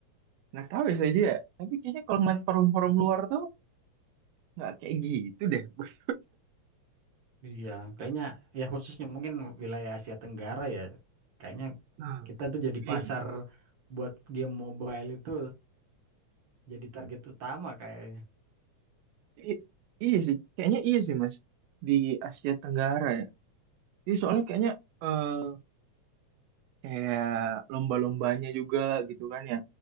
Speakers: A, on the right (about 75°); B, on the right (about 55°).
A: nggak tahu ya saya dia tapi kayaknya kalau ngeliat forum-forum luar tuh nggak kayak gitu deh <laughs> bos
B: Iya, kayaknya ya khususnya mungkin wilayah Asia Tenggara ya. Kayaknya
A: nah
B: kita tuh jadi
A: iya
B: pasar buat game mobile itu jadi target utama kayaknya.
A: I- iya sih, kayaknya iya sih Mas di Asia Tenggara ya. Jadi soalnya kayaknya eh kayak lomba-lombanya juga gitu kan ya,